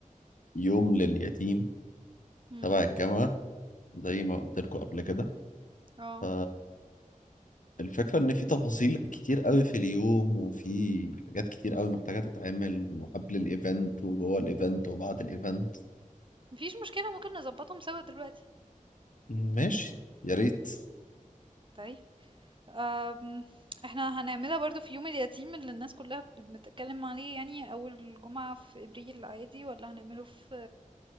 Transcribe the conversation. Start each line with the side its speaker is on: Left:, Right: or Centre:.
Left: يوم لليتيم
Right: امم
Left: تبع الجامعه زي ما قلت لكم قبل كده
Right: اه
Left: ف الفكره ان في تفاصيل كتير قوي في اليوم وفي حاجات كتير قوي محتاجه تتعمل وقبل الايفنت وجوه الايفنت وبعد الايفنت
Right: مفيش مشكله ممكن نظبطهم سوا دلوقتي
Left: ماشي يا ريت
Right: طيب أم. احنا هنعملها برضو في يوم اليتيم اللي الناس كلها بت- بتتكلم عليه يعني اول جمعه في ابريل عادي ولا هنعمله في